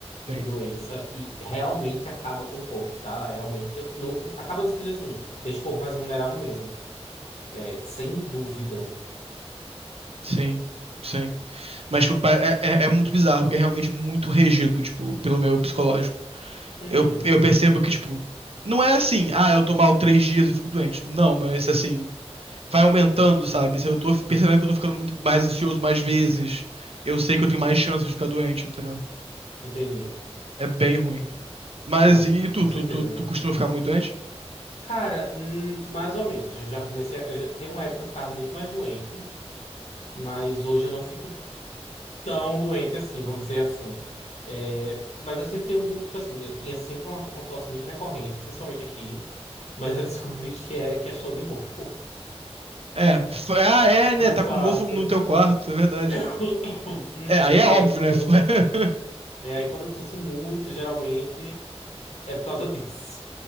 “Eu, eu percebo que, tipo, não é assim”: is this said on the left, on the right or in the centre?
Right